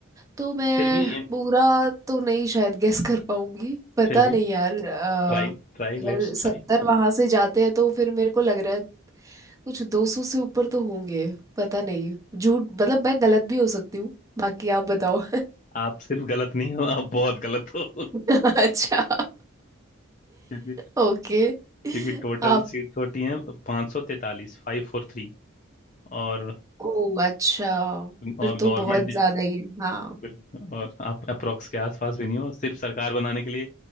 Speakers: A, on the right; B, on the left.
A: तो मैं
B: फिर भी इन-
A: पूरा तो नहीं शायद गेस कर पाऊंगी पता
B: फिर भी
A: नहीं यार अ,
B: ट्राई ट्राई
A: अगर
B: लेट्स
A: सत्तर
B: ट्राई
A: वहां से जाते हैं तो फिर मेरे को लग रहा है कुछ दो सौ से ऊपर तो होंगे पता नहीं झूठ मतलब मैं गलत भी हो सकती हूँ बाकी आप बताओ
B: आप सिर्फ गलत नहीं हो आप बहुत गलत हो <laughs>
A: <laughs> अच्छा
B: क्योंकि
A: ओके
B: क्योंकि टोटल
A: आप
B: सीट्स होती हैं 543 फाइव फोर थ्री और
A: ओ अच्छा
B: और
A: फिर तो
B: गवर्नमेंट
A: बहुत ज्यादा ही है हाँ
B: बिल्कुल। और आप अप्रोक्स के आसपास भी नहीं हो सिर्फ सरकार बनाने के लिए